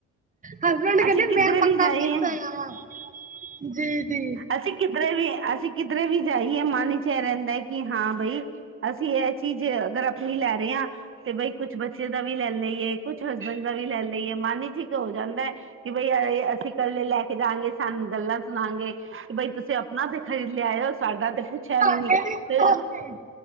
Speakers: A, on the right; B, on the right.
A: ਹਸਬੈਂਡ ਕੈਂਦੇ
B: ਅਸੀਂ ਕਿੱਧਰੇ
A: ਮੈਂ ਪੱਕਾ
B: ਵੀ ਜਾਈਏ
A: ਫਿਕਸ ਹੋਇਆ ਵਾ ਜੀ, ਜੀ।
B: ਅਸੀ ਕਿਧਰੇ ਵੀ ਅਸੀ ਕਿੱਧਰੇ ਵੀ ਜਾਈਏ ਮਨ ਚ ਐ ਰੈਂਦਾ ਕਿ ਹਾਂ ਬਈ ਅਸੀਂ ਐ ਚੀਜ਼ ਅਗਰ ਆਪਣੀ ਲੈ ਰੇ ਆਂ ਤੇ ਬਈ ਕੁਛ ਬੱਚੇ ਦਾ ਵੀ ਲੈ ਲਈਏ ਕੁਛ ਹਸਬੈਂਡ ਦਾ ਵੀ ਲੈ ਲਈਏ ਮਨ ਠੀਕ ਹੋ ਜਾਂਦੈ ਕਿ ਬਈ ਅਸੀਂ ਕੱਲੇ ਲੈ ਕੇ ਜਾਣਗੇ ਸਾਨੂੰ ਗੱਲਾਂ ਸੁਣਾਨਗੇ। ਬਈ ਤੁਸੀ ਆਪਣਾ ਤੇ ਖ਼ਰੀਦ ਲਿਆਏ ਓ ਸਾਡਾ ਤੇ ਪੁੱਛਿਆ
A: ਸਾਡੇ
B: ਵੀ ਨੀ
A: ਨਹੀਂ ਸੁਣਾਉਂਦੇ
B: ਤੇ